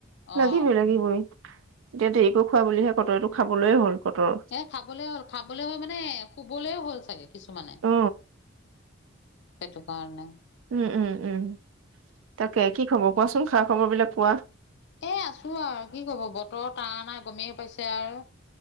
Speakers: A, on the right; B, on the left.
A: লাগিবই
B: অ'।
A: লাগিবই এতিয়া দেৰিকৈ খোৱা বুলিহে, ক'তয়েটো খাবলৈয়ে হ'ল। কতৰ
B: এ খাবলৈ হ'ল, খাবলৈ হৈ মানে সু <unintelligible> হ'ল চাগে। কিছুমানে।
A: অ
B: সেটোকাৰণে।
A: উম, উম, উম, তাকে, কি খবৰ কোৱাচোন? খা খবৰ বিলাক কোৱা?
B: এ, আছোঁ আৰু, কি ক'ব বতৰৰ তাৰনা গমেই পাইছে আৰু।